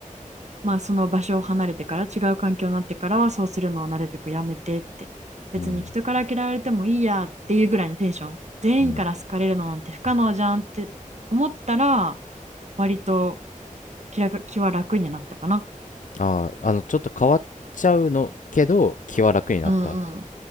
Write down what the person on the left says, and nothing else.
うん、
うん。
ああ、あの、ちょっと変わっちゃうのけど、気は楽になった。